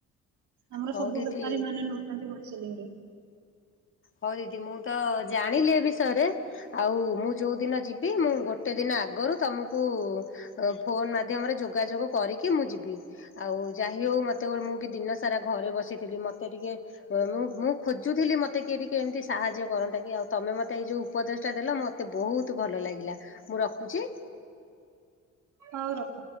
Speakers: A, on the right (about 75°); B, on the left (about 40°).
A: ଆମର
B: ହଉ
A: ସବୁ
B: ଦିଦି
A: ବେପାରୀ ମାନେ ନଉଚନ୍ତି ଗୋସଲିଂ ରେ।
B: ହଉ ଦିଦି ମୁଁ ତ ଜାଣିଲି ଏ ବିଷୟରେ ଆଉ ମୁଁ ଯୋଉ ଦିନଯିବି ମୁଁ ଗୋଟେ ଦିନ ଆଗରୁ ତମକୁ- କୁ ଫୋନ ମାଧ୍ୟମରେ ଯୋଗାଯୋଗ କରିକି ମୁଁ ଯିବି ଆଉ ଯାହି ହଉ ମତେ- ସେତେବେଳେ ମୁଁ ବି ଦିନ ସାରା ଘରେ ବସିଥିଲି ମତେ ଟିକେ ମୁଁ ମୁଁ ଖୋଜୁଥିଲି ମତେ- ମୋତେ କିଏ ଟିକେ ଏମିତି ସାହାଯ୍ୟ କରନ୍ତା କି ଆଉ ତମେ ମତେ ଏଇ ଯଉ ଉପଦେଶ ଟା ଦେଲ ମୋତେ ବହୁତଲ ଲାଗେ। ମୁଁ ରଖୁଛି।
A: ହଉ ରଖ।